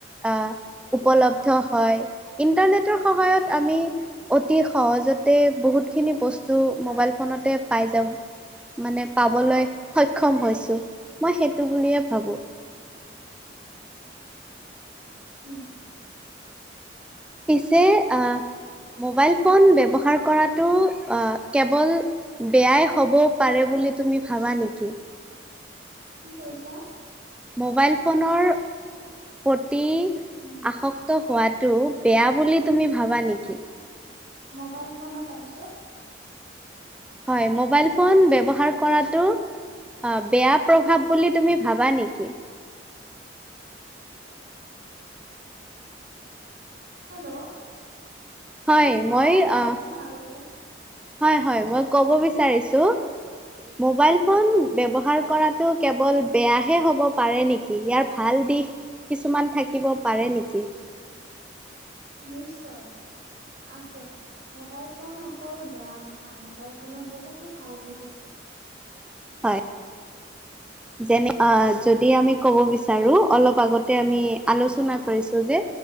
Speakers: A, in the centre; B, on the right.
A: আহ উপলব্ধ হয়। ইণ্টাৰনেটৰ সহায়ত আমি অতি সহজতে বহুতখিনি বস্তু মোবাইল ফোনত টে পাই যাওঁ মানে পাবলৈ সক্ষম হৈছোঁ। মই সেইটো বুলিয়ে ভাবোঁ।
B: উম।
A: পিছে আহ। মোবাইল ফোন ব্যৱহাৰ কৰাতটো কেৱল বেয়াই হ'ব পাৰে বুলি বুলি তুমি ভাবা নেকি?
B: কি কৈছা?
A: মোবাইল ফোনৰ প্ৰতি
B: উম
A: আসক্ত হোৱাত টো বেয়া বুলি তুমি ভাবা নেকি?
B: ম'বাইল ফোনৰ তাৰপিছত!
A: হয় মোবাইল ফোন ব্যৱহাৰ কৰাটো অ বেয়া প্ৰভাৱ বুলি তুমি ভাবা নেকি?
B: হেল্ল' অ
A: হয় মই
B: কোৱাচোন
A: আহ
B: আৰু এবাৰ।
A: হয় হয় মই কব বিচাৰিছো। মোবাইল ফোন ব্যৱহাৰ কৰাটো কেৱল বেয়াহে হব পাৰে নেকি? ইয়াৰ ভাল। দিশ কিছুমান থাকিব পাৰে নেকি।
B: নিশ্চয়। আছে মোবাইল ফোন অকল বেয়া নহয় মোবাইল ফোনৰ বহুতো ভাল দিশ আছে।
A: হয়। যেনে অ যদি আমি কব বিচাৰো অলপ আগতে আমি আলোচনা কৰিছো যে